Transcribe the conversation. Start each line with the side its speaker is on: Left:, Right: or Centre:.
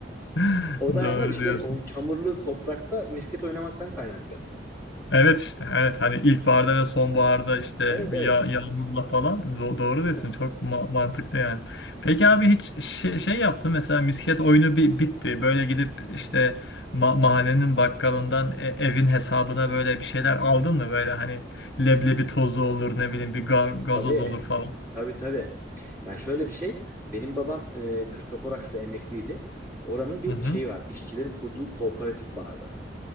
Left: <laughs>
Right: O da
Left: Doğru
Right: ama işte
Left: diyorsun.
Right: o çamurlu toprakta misket oynamaktan kaynaklanıyordu yani.
Left: Evet işte evet hani ilkbaharda ve sonbaharda işte
Right: Evet
Left: bir
Right: evet.
Left: ya yağmurla falan Do- doğru
Right: <laughs>
Left: diyorsun çok ma- mantıklı yani. Peki abi hiç şey, şey yaptın mesela misket oyunu bi bitti böyle gidip işte ma- mahallenin bakkalından e- evin hesabına böyle bir şeyler aldın mı böyle hani leblebi tozu olur ne bileyim bir ga- gazoz
Right: Tabii.
Left: olur falan.
Right: Tabii tabii. Ya şöyle bir şey. Benim babam e, Kırkaburaks'ta emekliydi. Oranın bir
Left: Hı hı
Right: şeyi var. İşçilerin kurduğu kooperatif vardı.